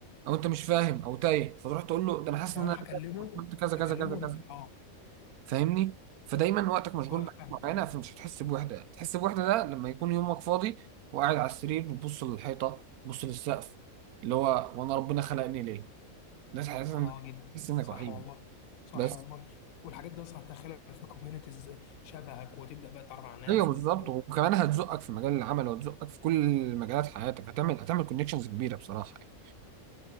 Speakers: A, on the right; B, on the left.
A: او انت مش فاهم او تايه فتروح تقول له ده انا حاسس
B: هروح
A: ان انا
B: اكلمه
A: عملت كذا كذا
B: اكلمه
A: كذا
B: ونبقى
A: كذا فاهمني فدايما وقتك مشغول
B: اصحاب
A: بحاجه معينه فمش هتحس بوحده تحس بوحده ده لما يكون يومك فاضي وقاعد على السرير بتبص للحيطه بتبص للسقف اللي هو وانا ربنا خلقني ليه ده تحس
B: اه
A: انك
B: جدا
A: تحس انك
B: صح
A: وحيد
B: والله صح
A: بس
B: والله والحاجات دي اصلا هتدخلك في كوميونيتيز شبهك وتبدا بقى تتعرف على ناس
A: ايوه بالظبط
B: وت-
A: وكمان هتزقك في مجال العمل وهتزقك في كل مجالات حياتك هتعمل هتعمل كونكشنز كبيره بصراحه يعني